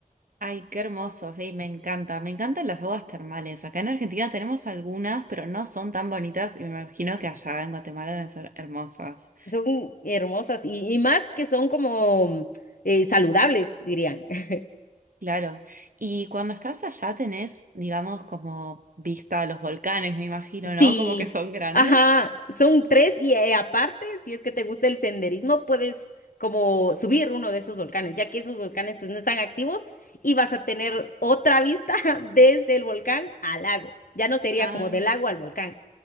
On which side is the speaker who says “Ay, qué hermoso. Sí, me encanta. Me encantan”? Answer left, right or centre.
Right